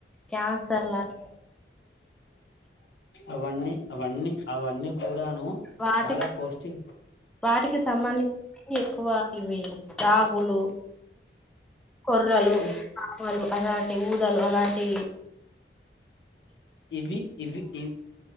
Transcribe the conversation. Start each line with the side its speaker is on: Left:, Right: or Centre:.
Centre: క్యాన్సర్లని
Left: అవన్నీ అవన్నీ అవన్నీ కూడాను
Centre: వాటికి
Left: చాలా పౌష్టి
Centre: వాటికి సంబంధి ని ఎక్కువ ఇవి రాగులు కొర్రలు
Left: ఇవి
Centre: <inaudible> అలాంటి ఊ దలు అలాంటి
Left: ఇవి ఇవి ఇ